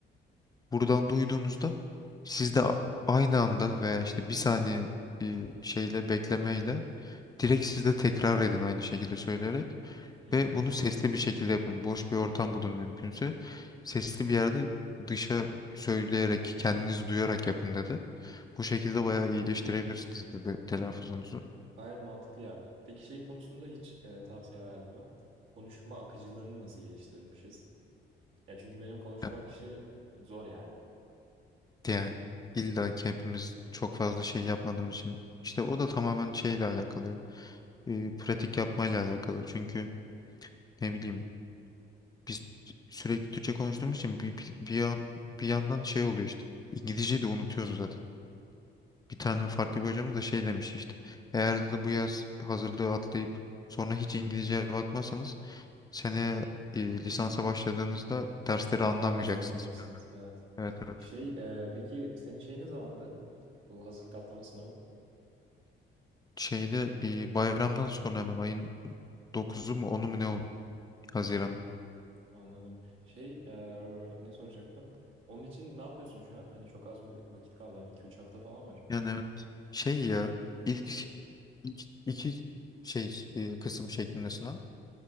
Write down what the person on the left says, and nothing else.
buradan duyduğunuzda siz de a- aynı anda veya işte bir saniye e, şeyle beklemeyle direkt siz de tekrar edin aynı şekilde söyleyerek
ve bunu sesli bir şekilde yapın. Boş bir ortam bulun mümkünse. Sesli bir yerde dışa söyleyerek kendinizi duyarak yapın dedi. Bu şekilde bayağı iyileştirebilirsiniz dedi telaffuzunuzu.
Ya,
Yani illa ki hepimiz çok fazla şey yapmadığımız için işte o da tamamen şeyle alakalı. e, pratik yapmayla alakalı. Çünkü ne bileyim biz sürekli Türkçe konuştuğumuz için bir, bir, bir yan- bir yandan şey oluyor işte. İngilizceyi de unutuyoruz zaten. Bir tane farklı bir hocamız da şey demiş işte. Eğer dedi bu yaz hazırlığı atlayıp sonra hiç İngilizceye bakmazsanız sene e, lisansa başladığınızda dersleri
anlamayacaksınız.
Evet evet.
Şeyde e, bayramdan sonra hemen ayın dokuzu mu onu mu ne oldu? Haziran.
Yani evet. Şey ya ilk, ilk iki şey e, kısım şeklinde sınav.